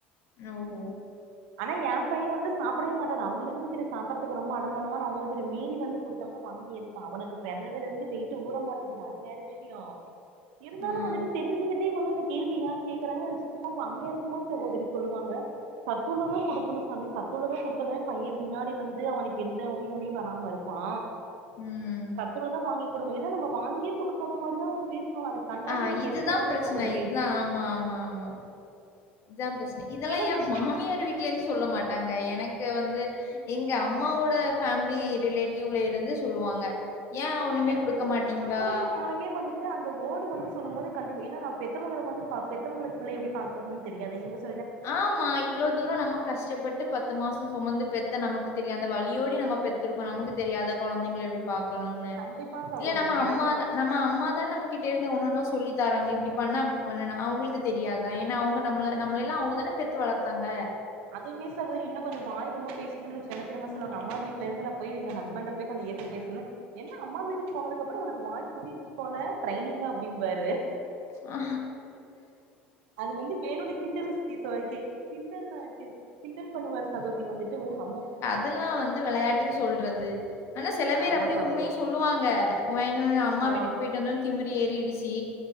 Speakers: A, on the left; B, on the right.
A: நௌ கோ
B: ஆனா என் பையே வந்து சாப்டவே மாட்டா அது அவுங்களுக்கு தெரியு சாப்டறதுக்கு ரொம்ப அட பண்ணுவான்னு அவுங்களுக்கு தெரியு மீறி வந்து குடுத்தம்னா வாந்தி எடுத் இப்ப அவனுக்கு பெறந்ததுல இருந்து வெயிட்டு ஊர மாட்டேக்குது அது வேற விஷ்யோ இருந்தாலு
A: ஆ.
B: வந்துட்டு தெரிஞ்சுக்கிட்டே வந்து அந்த கேள்வி ஏ கேக்குறாங்கன்னு எனக்கு சுத்தமா ப்பா அங்க இருக்குமோது சகோதிரி சொல்லுவாங்க சத்துள்ளதா குடுக்கணு சாமி சத்துள்ளதா குடுத்த தான பையே பின்னாடி வந்து அவனுக்கு எந்த நோய் நொடியு வராம இரு ப்பா
A: ம்.
B: சத்துள்ளலதா வாங்கி குடுங்க எதோ நம்ம வாங்கியே குடுக்காத மாரிதா அவுங்க பேசுவாங்க அத எனக்கு கண்டாலே
A: ஆ
B: எனக்கு
A: இதுதான்
B: எரிச்சலாகு
A: பிரச்சனை.
B: சகோதிரி
A: இதுதான். ஆமா ஆமா ஆமா இதா பிரெச்சன இதெல்லா
B: ஏதோ
A: ஏ
B: நா
A: மாமியார் வீட்ல இருந்து சொல்ல மாட்டாங்க எனக்கு வந்து எங்க அம்மாவோட ஃபேமிலி ரிலேட்டிவ்ல இருந்து சொல்லுவாங்க
B: இல்ல
A: "ஏன்
B: சகோதிரி
A: ஒண்ணுமே
B: யா
A: குடுக்க
B: இல்ல சகோதிரி
A: மாட்டீங்களா?"
B: யாரு சொன்னாலுமே வந்துட் டு அந்த வேர்டு வந்து சொல்லும் போது கண்டிப் ஏனா நா பெத்தவுங்களுக்கு வந்து பா பெத்தவுங்களுக்கு பிள்ள எப்டி பாத்துக்கணுனு தெரியாது நீங்க சொ
A: ஆமா இவ்ளோ தூரம் நமக் கஷ்டப்பட்டு பத்து மாசோ சுமந்து பெத்த நமக்கு தெரியாத வலியோடி நம்ம பெத்துருக்கோ நமக்கு தெரியாத கொழந்தைங்க எப்டி பாக்கணுனு
B: கண்டிப்பா சகோதரி
A: இல்ல நம்ம அம்மாதா
B: எனக்கு
A: நம்ம அம்மாதான நமக் கிட்ட இருந்து ஒன்னு ஒன்னா சொல்லித்தாங்க இப்டி பண்ண அப்டி பண்ணுனு அவுங்களுக்கு தெரியாத அவுங்க நம்மள நம்மளே இல்ல அவுங்க தான பெத்து வளத்தாங்க
B: அதேமே சகோதிரி இன்னு கொஞ்சோ வாய் ரொம்ப பேசிட்டோம்னு வச்சுக்க அந்த திரும்ப சொல்லுவாங்க அம்மா வீட்ல இருந்து நா போய் எங்க ஹஸ்பெண்ட ப் போய் ய கொஞ்சோ எதித்து பேசுனு என்ன அம்மா வீட்டுக்கு போனது அப்பறோ உனக்கு வாய் கூடிருச்சு போல ட்ரைனிங்கா அப்டின்ம்பாரு
A: ஆ
B: அது வந்து வேணுனே கிண்டல்ஸ்க்கி சோ கி கிண்டலா கேக் கிண்டல் பண்ணுவாரு சகோதரி வந்துட்டு உ அம்மா வு
A: இதெல்லா வந்து வெளையாட்டுக்கு சொல்றது ஆனா சில பேர்
B: ஆமா
A: அப்டி
B: சகோதரி
A: உண்மையே சொல்லுவாங்க வெனுனு அம்மா
B: ஆ
A: வீட்டுக்கு போயிட்டு வந்தது திமிரு ஏறிடிச்சி